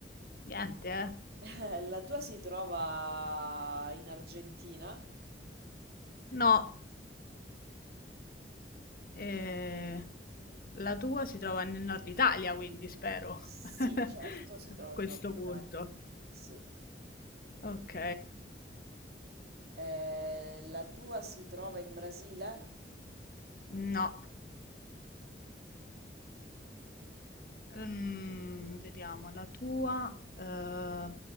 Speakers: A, on the left; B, on the right.
A: Niente, eh.
B: <laughs> La tua si trova in Argentina?
A: No. Eh, la tua si trova nel nord Italia, quindi spero.
B: Sì,
A: <laughs>
B: certo,
A: A
B: si trova
A: questo
B: in Nord Italia.
A: punto.
B: Sì.
A: Ok.
B: Eh, la tua si trova in Brasile?
A: No. Ehm, vediamo la tua. eh,